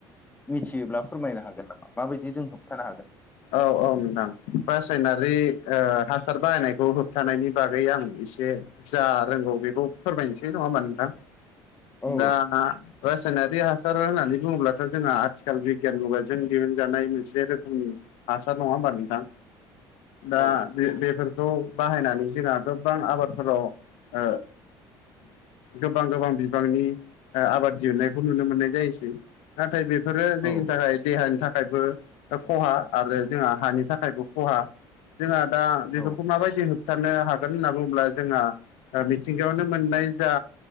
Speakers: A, on the left; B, on the left.
A: मिथियोब्ला फोरमायनो हागोन नामा माबायदि जों होबथानो हागोन
B: औ-औ नोंथां रासायनारि हासार बाहायनायखौ होबथानायनि बागै आं एसे जा रोंगौ बेखौ फोरमायनोसै नङा होमबा नोंथां
A: औ
B: दा रासायनारि हासार होननानै बुंङोब्लाथ' जोंहा आथिखाल बिगियान मुगाजों दिहुनजानाय मोनसे रोखोमनि हासार नङा होमबा नोंथां दा
A: औ
B: बेफोरखौ बाहायनानै जोंहा गोबां आबादफोराव गोबां गोबां बिबांनि आबाद दिहुननायखौ नुनो मोननाय जायोसै नाथाय बेफोरो जोंनि
A: औ
B: थाखाय देहानि थाखायबो खहा आरो जोंहा हानि थाखायबो खहा जोंहा दा बेफोरखौ
A: औ
B: माबायदि हो होबथानो हागोन होनना बुंङोब्ला जोंहा मिथिंगायावनो मोननाय जा